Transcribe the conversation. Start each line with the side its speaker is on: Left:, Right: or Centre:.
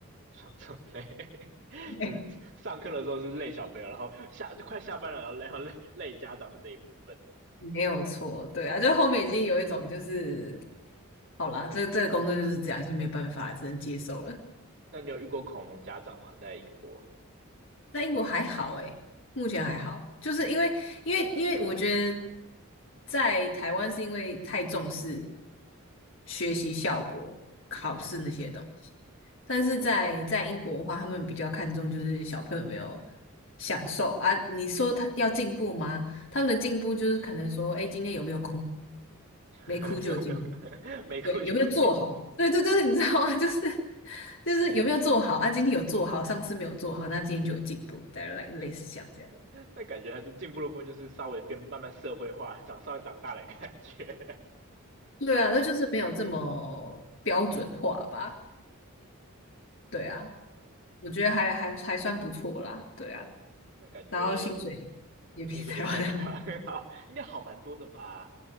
Right: 双重累，<laughs>
Left: 对，
Right: 就是上课的时候是累小朋友，然后下就快下班了，然后累，然后累累家长的这一部分。
Left: 没有错，对啊，就后面已经有一种就是，好啦，这这个工作就是这样，已经没办法了，只能接受了。
Right: 那你有遇过恐龙家长吗？在英国？
Left: 在英国还好诶，目前还好，就是因为因为因为我觉得在台湾是因为太重视学习效果、考试那些东西，
Right: 嗯，
Left: 但是在在英国的话，
Right: 哦，
Left: 他们比较看重就是小朋友有没有享受啊。你说他要进步吗？他们的进步就是可能说，哎，今天有没有哭？
Right: <laughs>
Left: 没哭就有进步。
Right: 有没有 <laughs> 没哭就有进步？
Left: 对，有没有做好？对对对，你知道吗？<laughs> 就是就是有没有做好啊？今天有做好，上次没有做好，那今天就有进步，大来类似像这样。
Right: <laughs> 那感觉还是进步的部分就是稍微变慢慢社会化，长稍微长大的感觉。
Left: 对啊，那就是没有这么标准化吧？
Right: <laughs> 哦，
Left: 对啊，我觉得还还还算不错啦。对啊，
Right: 那感觉
Left: 然后薪水也比台湾好。
Right: 嗯，薪水应该比他 <laughs> 好，应该好蛮多的吧？